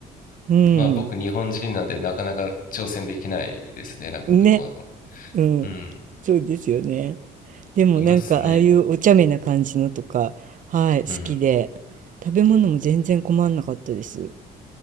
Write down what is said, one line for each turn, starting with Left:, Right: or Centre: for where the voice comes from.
Right: うん
Left: まあ僕日本人なんでなかなか挑戦できないですね、なんかこの、
Right: ねうんそうですよね。
Left: うん、
Right: でもなんかああいうお茶目な感じのとか、
Left: いますね。
Right: はい、好きで、
Left: うん。
Right: 食べ物も全然困んなかったです。